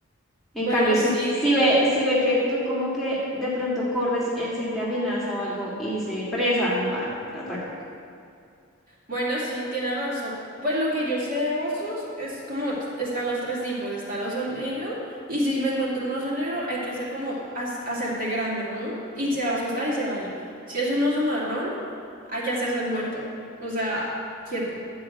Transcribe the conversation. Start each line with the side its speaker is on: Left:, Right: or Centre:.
Centre: En
Right: Bueno,
Centre: cambio, si,
Right: sí,
Centre: si ve, si ve que tú como que de pronto corres, él siente amenaza o algo y dice, presa, va, te ataca.
Right: Bueno, sí, tiene razón. Pues lo que yo sé de osos es como están los tres tipos. Está el oso negro y si me encuentro un oso negro hay que hacer como has- hacerte grande, ¿no? Y se va a asustar y se va a ir. Si es un oso marrón, hay que hacerse el muerto. O sea, quieto,